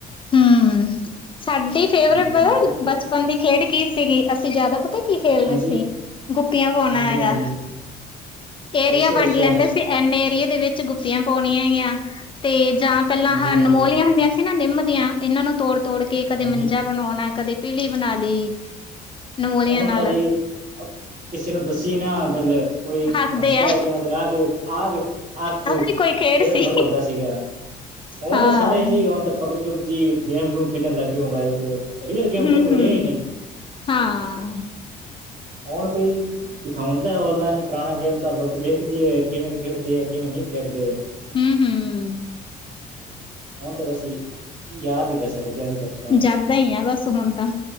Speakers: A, on the left; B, on the right.
A: ਹੂੰ, ਸਾਡੀ ਫੇਵਰੇਟ
B: ਹਾਂਜੀ ਹਾਂਜੀ
A: ਪਤਾ ਬਚਪਨ ਦੀ ਖੇਡ ਕੀ ਸੀਗੀ, ਅਸੀਂ ਜਿਆਦਾ ਪਤਾ ਕੀ ਖੇਲਦੇ
B: ਹਾਂਜੀ
A: ਸੀ ਗੁੱਪੀਆਂ ਪਾਉਣ
B: ਹਾਂਜੀ
A: ਆਏ
B: ਹਾਂਜੀ
A: ਗਾ, ਏਰੀਆ
B: ਅੱਛਾ
A: ਵੰਡ
B: ਅੱਛਾ
A: ਲੈਂਦੇ ਸੀ। ਇਹਨੇ ਏਰੀਏ ਦੇ ਵਿੱਚ ਗੁੱਪਆਂ ਪਾਉਣੀਆਂ ਹੈ ਈਆਂ ਤੇ ਜਾਂ ਪਹਿਲਾਂ
B: ਹਾਂਜੀ
A: ਹਨਮੋਲੀਆਂ,
B: ਹਾਂਜੀ
A: ਹੁੰਦੀਆਂ ਇਨਾ ਨਿੰਮ ਦੀਆਂ ਇਹਨਾਂ ਨੂੰ ਤੋੜ-ਤੋੜ ਕੇ ਕਦੇ
B: ਹਾਂਜੀ
A: ਮੰਜਾ ਬਣਾਉਣਾ, ਕਦੇ ਪੀੜੀ ਬਣਾ ਲਈ ਨਮੋਲੀਆਂ
B: ਔਰਤ
A: ਨਾਲ
B: ਜੀ, ਕਿਸੇ ਨੂੰ ਦੱਸੀ ਨਾ ਆ ਗੱਲੇ ਕੋਈ
A: ਹੱਸਦੇ
B: ਹੱਸਦਾ
A: ਆ
B: ਹੈ ਕਿ ਮਤਲਬ, ਆਹ ਕੋ ਆ-ਆ ਕੋਈ
A: ਆਹ ਵੀ
B: ਖੇਡ
A: ਸੀ।
B: ਥੋੜਾ ਹੁੰਦਾ ਸੀਗਾ ਹੁਣ
A: ਹਾਂ।
B: ਤਾਂ ਸਾਰੇ, ਹੀ ਹੁਣ ਤਾਂ ਪਬਲਿ ਪਬਜੀ ਜੀ ਗੇਮ- ਗੂਮ ਖੇਡਣ ਲੱਗ ਗਏ ਮੋਬਾਇਲ ਤੇ, ਰੀਅਲ ਗੇਮ
A: ਹੂੰ,
B: ਤਾਂ, ਕੋਈ
A: ਹੂੰ।
B: ਰਹੇ ਹੀ ਨਈ
A: ਹਾਂ।
B: ਹੁਣ ਭਿ ਦਿਖਾਉਂਣ ਔਨਲਾਈਨ, ਪੁਰਾਣਾ ਗੇਮ ਤਾਂ ਲੋਕੀ ਵੇਖਦੀ ਏ, ਕਿਵੇਂ, ਖੇਡਦੀ ਹੈ ਕਿਵੇਂ, ਨਈ ਖੇਡਦੇ
A: ਹੂੰ, ਹੂੰ।
B: ਹੁਣ ਤਾਂ, ਅਸੀ ਯਾਦ ਹੀ ਕਰ ਸਕਦੇ ਹਾਂ, ਅਸੀਂ ਬੱਸ
A: ਯਾਦਾ ਈ, ਆ ਬਸ ਹੁਣ ਤਾਂ,